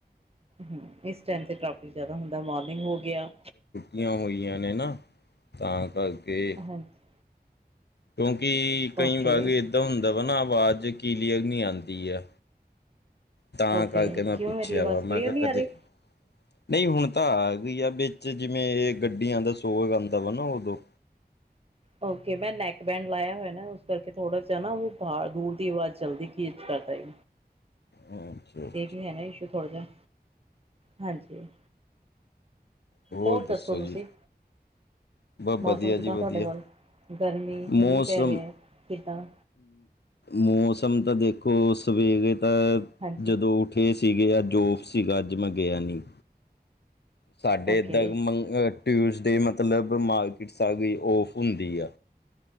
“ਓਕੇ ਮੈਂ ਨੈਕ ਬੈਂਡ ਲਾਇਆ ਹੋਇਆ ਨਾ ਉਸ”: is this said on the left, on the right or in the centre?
Right